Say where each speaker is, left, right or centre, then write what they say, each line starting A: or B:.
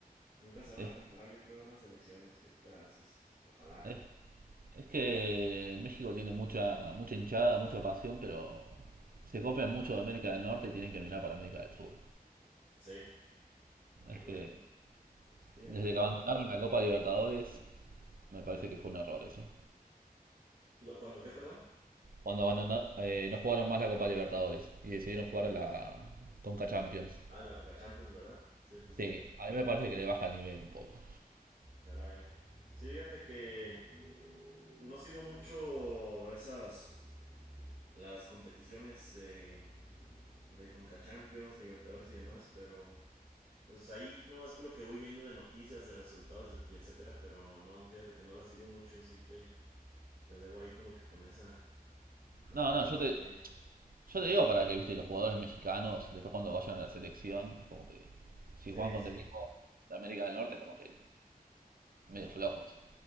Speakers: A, on the right; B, on the right.
A: Nunca se van
B: Es,
A: a comparar, yo creo, a las selecciones, qué esperanzas. Ojalá.
B: es- es que México tiene mucha, mucha hinchada, mucha pasión, pero se copian mucho de América del Norte y tienen que mirar para América del Sur.
A: Sí, correcto.
B: Es que
A: Sí,
B: desde
A: allá
B: que
A: es
B: abandonaron
A: donde...
B: la Copa Libertadores, me parece que fue un error eso.
A: Lo, ¿Cuándo qué, perdón?
B: Cuando abandonaron, eh, no jugaron más la Copa Libertadores y decidieron jugar la Conca Champions.
A: Ah, en la Coca Champions, ¿verdad? Cierto, cierto.
B: Sí, a mí me parece que le baja el nivel un poco.
A: Caray. Sí, fíjate que no sigo mucho esas, las competiciones de, de Conca Champions, Libertadores y demás, pero pues ahí nomás que lo que voy viendo de noticias, de resultados y etcétera, pero no, fíjate que no las sigo mucho, sí te, te debo ahí como que con esa, con
B: No,
A: esos
B: no, yo
A: detalles.
B: te, Yo te digo para que, viste, los jugadores mexicanos, después cuando vayan a la selección, es como que si
A: Sí,
B: juegan contra
A: sí.
B: equipos de América del Norte, es como que medio flojos.